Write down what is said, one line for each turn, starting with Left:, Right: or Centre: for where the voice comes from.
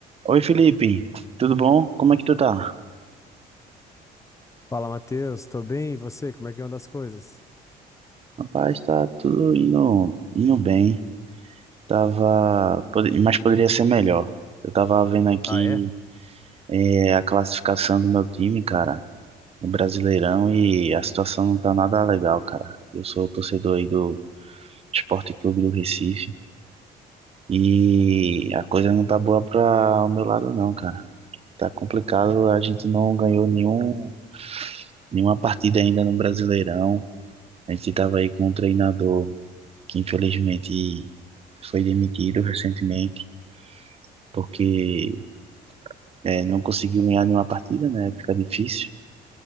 Right: Oi, Felipe, tudo bom? Como é que tu tá?
Left: Fala, Matheus, tô bem, e você? Como é que anda as coisas?
Right: Rapaz, tá tudo indo, indo bem. Tava, pod- mas poderia ser melhor. Eu tava vendo aqui
Left: Ah, é?
Right: eh, a classificação do meu time, cara, no Brasileirão, e a situação não tá nada legal, cara. Eu sou torcedor aí do Esporte Clube do Recife e a coisa não tá boa pra o meu lado, não, cara. Tá complicado, a gente não ganhou nenhum, nenhuma partida ainda no Brasileirão. A gente tava aí com um treinador. que infelizmente foi demitido recentemente, porque é, não conseguiu ganhar nenhuma partida, né? Fica difícil.